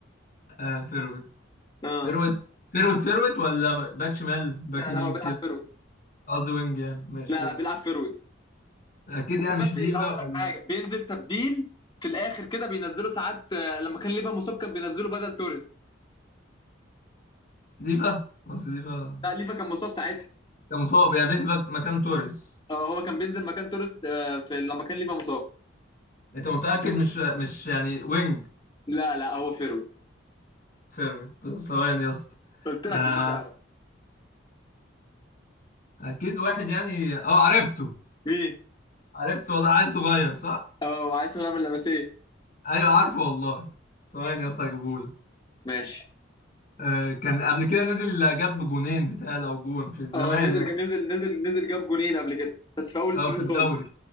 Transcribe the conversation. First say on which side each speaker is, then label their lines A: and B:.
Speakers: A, on the left; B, on the left.
A: آه فيرو
B: اه
A: فيرويد فيرويد فيرويد ولا باك شمال باك
B: لا
A: يمين
B: لا هو بيلعب
A: كده
B: فيرويد
A: قصدي وينج يعني ماشي
B: لا
A: فيرويد
B: لا بيلعب فيرويد
A: اكيد
B: كمان
A: يعني مش ليفا
B: بي- هقول لك
A: ولا
B: حاجه بينزل تبديل في الاخر كده بينزله ساعات آه، لما كان ليفا مصاب كان بينزله بدل توريس
A: ليفا بس ليفا
B: لا ليفا كان مصاب ساعتها
A: كان مصاب يعني بينزل باك- مكان توريس
B: اه هو كان بينزل مكان توريس آه، في لما كان ليفا مصاب
A: انت متأكد مش مش يعني وينج
B: لا لا هو فيرويد
A: فيرويد ثواني يا اسطى
B: قلت لك
A: آه،
B: مش هتعرف
A: اكيد واحد يعني اه عرفته
B: مين
A: عرفته والله عيل صغير صح
B: اه وعايز هو من لمسيه
A: ايوه عارفه والله ثواني يا اسطى هجيبهولك
B: ماشي
A: آه، كان قبل كده نزل جاب جونين بتاع او جون في زمان
B: اه نزل
A: يعني
B: نزل نزل نزل جاب جونين قبل كده بس في اول السيزون
A: اه في الدوري
B: خالص